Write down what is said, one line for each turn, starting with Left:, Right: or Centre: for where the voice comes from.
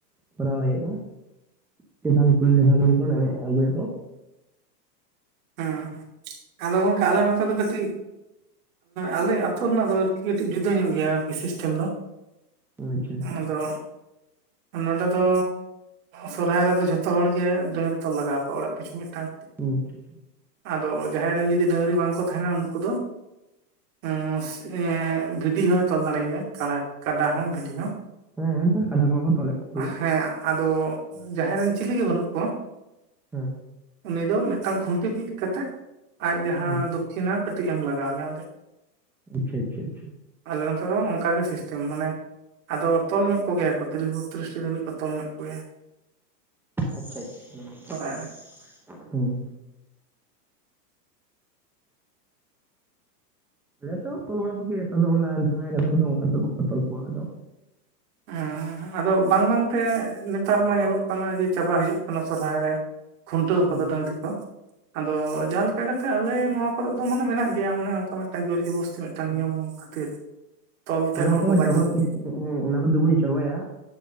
Centre: ᱠᱚᱨᱟᱣ ᱦᱩᱭᱩᱜᱼᱟ᱾ <unintelligible> ᱩᱞ ᱞᱮᱠᱷᱷᱟ ᱠ ᱠᱚᱣᱟᱮ ᱟᱜᱩᱭᱭᱟ ᱠᱚ᱾
Right: ᱦᱮᱸ ᱟᱫᱚ ᱜᱚᱝᱠᱮ ᱟᱞᱮ ᱱᱚᱛᱮ ᱫᱚ ᱠᱟᱹᱴᱤᱡᱼᱼ ᱟᱞᱮ ᱟᱹᱛᱩ ᱨᱮᱱᱟᱜ ᱫᱚ ᱟᱨᱠᱤ ᱠᱟᱹᱴᱤᱡ ᱡᱩᱫᱟᱹ ᱧᱚᱜ ᱜᱮᱭᱟ ᱟᱨᱠᱤ ᱥᱤᱥᱴᱮᱢ ᱫᱚ᱾
Centre: ᱟᱪᱪᱷᱟ ᱟᱪᱪᱷᱟ
Right: ᱟᱫᱚ ᱱᱚᱸᱰᱮ ᱫᱚ᱾ ᱥᱚᱨᱚᱦᱦᱟᱭ ᱨᱮᱫᱚ ᱡᱷᱚᱛᱚ ᱦᱚᱲᱜᱮ ᱰᱟᱹᱝᱨᱤ ᱛᱚᱞ ᱞᱟᱜᱟᱣ ᱟᱠᱚᱣᱟ ᱚᱲᱟᱜ ᱠᱤᱪᱷᱩ ᱢᱤᱫᱴᱟᱝᱼᱼ
Centre: <unintelligible>
Right: ᱟᱫᱚ ᱡᱟᱦᱟᱭ ᱨᱮᱱ ᱡᱩᱫᱤ ᱰᱟᱹᱝᱨᱤ ᱵᱟᱝ ᱠᱚ ᱛᱟᱦᱮᱸᱱᱟ ᱩᱱᱠᱩ ᱫᱚᱼᱼ <unintelligible> ᱵᱷᱤᱰᱤ ᱦᱚᱸᱭ ᱛᱚᱞ ᱫᱟᱲᱮᱭᱟᱭᱟ ᱠᱟᱲᱟ ᱠᱟᱰᱟ ᱦᱚᱸ ᱵᱷᱤᱰᱤ ᱦᱚᱸ,
Centre: ᱦᱮᱸ ᱦᱮ ᱠᱟᱰᱟ ᱠᱚᱜᱮ ᱛᱚᱞᱮᱫ ᱠᱚᱜᱮᱭᱟ᱾
Right: ᱦᱮᱸ ᱟᱫᱚ ᱡᱟᱦᱟᱭ ᱨᱮᱱ ᱪᱤᱞᱤ ᱜᱮ ᱵᱟᱹᱱᱩᱜ ᱠᱚᱣᱟ,
Centre: ᱦᱩᱸ
Right: ᱩᱱᱤ ᱫᱚ ᱢᱤᱫᱴᱟᱝ ᱠᱷᱩᱱᱴᱤ ᱵᱤᱫ ᱠᱟᱛᱮᱜ ᱟᱡ ᱡᱟᱦᱟᱸ
Centre: ᱦᱮᱸ
Right: ᱫᱚᱠᱠᱷᱤᱱᱟ ᱠᱟᱹᱴᱤᱡ ᱮᱢ ᱞᱟᱜᱟ ᱣᱮᱭᱟ ᱚᱸᱰᱮ᱾
Centre: ᱴᱷᱤᱠ ᱴᱷᱤᱠ
Right: ᱟᱞᱮ ᱱᱚᱛᱮ ᱫᱚ ᱚᱱᱠᱟᱜᱮ ᱥᱤᱥᱴᱮᱢ ᱢᱟᱱᱮ ᱟᱫᱚ ᱛᱚᱞ ᱧᱚᱜ ᱠᱚᱜᱮᱭᱟ ᱠᱚ ᱛᱤᱨᱤᱥ ᱵᱚᱛᱨᱤᱥᱴᱤ ᱫᱷᱟᱹᱵᱤᱡ ᱠᱚ ᱛᱚᱞ ᱧᱚᱜ ᱠᱚᱜᱮᱭᱟ᱾
Centre: ᱟᱪᱪᱷᱟ ᱟᱪᱪᱷᱟ <unintelligible>
Right: ᱥᱚᱨᱦᱟᱭ ᱨᱮ
Centre: ᱦᱩᱸ, ᱞᱮᱪᱚᱝ <unintelligible> ᱚᱱᱟ <unintelligible> ᱚᱱᱠᱟ ᱫᱚ ᱵᱚᱠᱩ ᱛᱚᱞ ᱠᱚᱣᱟ ᱟᱫᱚ᱾
Right: <unintelligible> ᱟᱫᱚ ᱵᱟᱝ ᱵᱟᱝᱛᱮ ᱱᱮᱛᱟᱨ ᱢᱟ ᱧᱮᱞᱚᱜ ᱠᱟᱱᱟ ᱡᱮ ᱪᱟᱵᱟ ᱦᱤᱡᱩᱜ ᱠᱟᱱᱟ ᱥᱚᱨᱦᱟᱭ᱾ ᱠᱷᱩᱱᱴᱟᱹᱣ
Centre: ᱦᱮᱸ
Right: ᱠᱚᱫᱚ ᱰᱟᱹᱝᱨᱤ ᱠᱚ᱾ ᱟᱫᱚ ᱡᱟᱦᱟᱸ ᱞᱮᱠᱟ ᱠᱟᱛᱮᱜ ᱟᱞᱮ ᱱᱚᱣᱟ ᱠᱚᱨᱮ ᱫᱚ ᱢᱟᱱᱮ ᱢᱮᱱᱟᱜ ᱜᱮᱭᱟ ᱚᱱᱮ ᱚᱱᱠᱟ ᱢᱤᱫᱴᱟᱝ ᱡᱳᱚᱨ ᱡᱳᱵᱳᱥᱛᱤ ᱢᱤᱫᱼᱼ ᱴᱟᱝ
Centre: ᱦᱮᱸ
Right: ᱱᱤᱭᱚᱢ ᱠᱷᱟᱹᱛᱤᱨ, ᱛᱚᱞᱛᱮ
Centre: ᱚᱱᱟ
Right: ᱦᱚᱲ
Centre: ᱠᱚ
Right: ᱵᱟᱫᱽᱫᱷᱚᱜ
Centre: ᱪᱟᱵᱟᱸ ᱠᱚ
Right: ᱜᱮᱭᱟ
Centre: ᱦᱮ ᱚᱱᱟ ᱠᱚᱫᱤ ᱵᱚᱱ ᱪᱟᱵᱟᱭᱟᱼᱼ